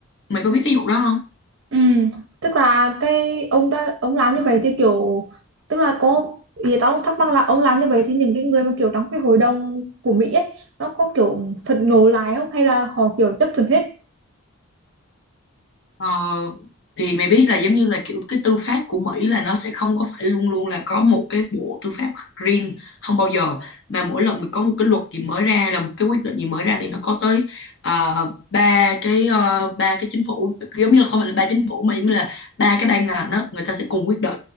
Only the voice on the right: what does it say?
Ừ, tức là cái ông đã ông làm như vậy thì kiểu tức là có ý tao thắc mắc là ông làm như vậy thì những cái người mà kiểu trong cái hội đồng của Mỹ ấy nó có kiểu phẫn nộ lại không hay là họ kiểu chấp thuận hết